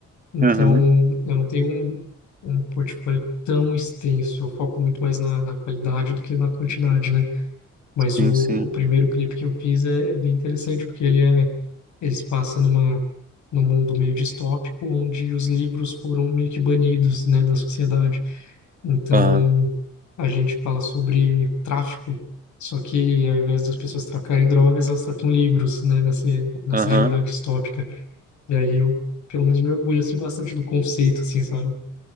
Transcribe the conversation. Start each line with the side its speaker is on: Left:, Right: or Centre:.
Left: então
Right: Aham,
Left: eu não tenho um, um portfólio tão extenso, eu foco muito mais na, na qualidade do que na quantidade, né? Mas
Right: sim,
Left: o,
Right: sim.
Left: o primeiro clipe que eu fiz é, é bem interessante, porque ele é, ele se passa numa, num mundo meio distópico, onde os livros foram meio que banidos, né, da sociedade. Então,
Right: Aham,
Left: a gente fala sobre tráfico, só que ao invés das pessoas traficarem drogas, elas traficam livros, né, nessa, nessa
Right: aham.
Left: realidade distópica. E aí eu, pelo menos, me orgulho, assim, bastante do conceito, assim, sabe?